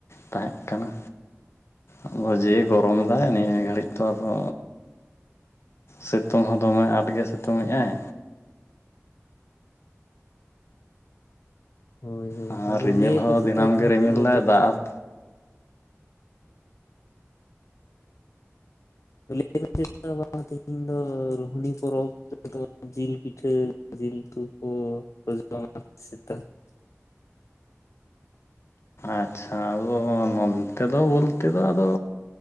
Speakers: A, on the left; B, on the left.
A: ᱛᱟᱦᱮᱸᱜ ᱠᱟᱱᱟ ᱟᱫᱚ ᱡᱮ ᱜᱚᱨᱚᱢ
B: ᱚ
A: ᱮᱫᱟᱭ ᱱᱤᱭᱟᱹ ᱜᱷᱟᱹᱲᱤᱡ ᱛᱚ ᱚ ᱥᱤᱛᱩᱝ ᱦᱚᱸ ᱫᱚᱢᱮ ᱟᱸᱴᱜᱮ ᱥᱤᱛᱩᱝ ᱮᱫᱼᱟᱭ
B: ᱦᱳᱭ ᱦᱳᱭ
A: ᱟᱨ
B: ᱟᱫᱚ
A: ᱨᱤᱢᱤᱞ
B: ᱞᱟᱹᱭ ᱟᱠᱚ
A: ᱦᱚᱸ
B: ᱪᱮᱛᱟ
A: ᱫᱤᱱᱟᱹᱢ
B: ᱛᱤᱦᱤᱧ
A: ᱜᱮ ᱨᱤᱢᱤᱞ
B: ᱫᱚ
A: ᱫᱟᱭ ᱫᱟᱜ
B: ᱦᱮᱸ ᱛᱮᱤᱦᱤᱧ ᱫᱚ <unintelligible> ᱨᱚᱦᱱᱤ ᱯᱚᱨᱚᱵᱽ ᱡᱤᱞ ᱯᱤᱴᱷᱟᱹ ᱡᱤᱞᱛᱩ ᱠᱚᱢ <unintelligible>
A: ᱟᱪᱪᱷᱟ ᱟᱫᱚ ᱱᱚᱱᱛᱮ ᱫᱚ ᱵᱚᱞᱛᱮ ᱫᱚ ᱟᱫᱚ